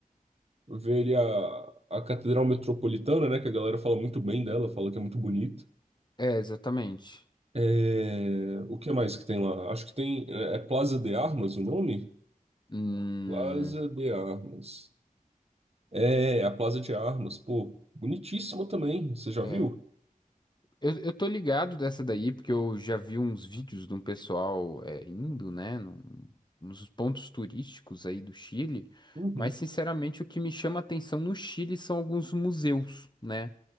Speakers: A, on the right; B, on the left.
A: Ver ali a, a Catedral Metropolitana, né? Que a galera fala muito bem dela, fala que é muito bonita.
B: É, exatamente.
A: É, o que mais que tem lá? Acho que tem. É é Plaza de Armas o nome?
B: Hum,
A: Plaza de Armas. É, a Plaza de Armas. Pô, bonitíssima também. Você já
B: é.
A: viu?
B: Eu, eu tô ligado dessa daí, porque eu já vi uns vídeos de um pessoal é, indo, né, num- nos pontos turísticos aí do Chile,
A: Uhum.
B: mas sinceramente o que me chama atenção no Chile são alguns museus, né?